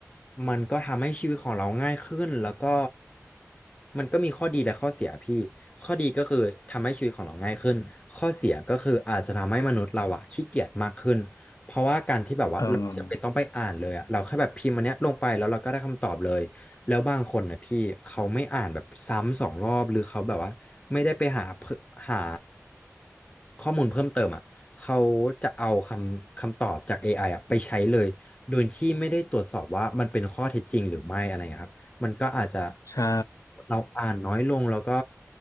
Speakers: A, on the left (about 25°); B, on the left (about 85°).
A: มันก็ทำให้ชีวิตของเราง่ายขึ้นแล้วก็มันก็มีข้อดีและข้อเสียพี่ข้อดีก็คือทำให้ชีวิตของเราง่ายขึ้นข้อเสียก็คืออาจจะทำให้มนุษย์เราอะขี้เกียจมากขึ้นเพราะว่าการที่แบบว่าเราจำเป็นต้องไปอ่านเลยอะเราแค่แบบพิมพ์อันเนี้ยลงไปแล้วเราก็ได้คำตอบเลย
B: เออ
A: แล้วบางคนนะพี่เขาไม่อ่านแบบซ้ำสองรอบหรือเขาแบบว่าไม่ได้ไปหาเพิ่มหาข้อมูลเพิ่มเติมอ่ะเขาจะเอาคำคำตอบจาก AI อไออ่ะไปใช้เลยโดยที่ไม่ได้ตรวจสอบว่ามันเป็นข้อเท็จจริงหรือไม่อะไรเงี้ยครับมันก็อาจจะ
B: ใช่
A: เราอ่านน้อยลงแล้วก็